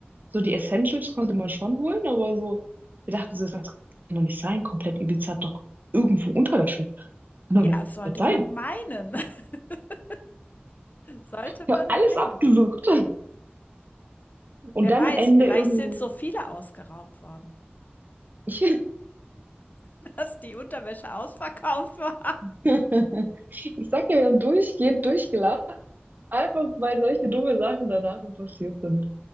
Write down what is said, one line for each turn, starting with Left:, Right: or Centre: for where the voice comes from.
Right: So die Essentials konnte man schon holen, aber so, wir dachten so, das kann doch nicht sein. Komplett Ibiza hat doch irgendwo Unterwäsche. Kann
Left: ja,
Right: doch
Left: sollte
Right: nicht sein.
Left: man meinen. <laughs> Sollte
Right: Ich
Left: man
Right: habe alles
Left: meinen.
Right: abgesucht. Und
Left: Wer
Right: dann
Left: weiß,
Right: am Ende
Left: vielleicht
Right: irgendwo.
Left: sind so viele ausgeraubt worden,
Right: Ich, <laughs>
Left: <laughs> dass die Unterwäsche ausverkauft war.
Right: ich sag dir, wir haben durchgehend durchgelacht, einfach weil solche dumme Sachen danach noch passiert sind.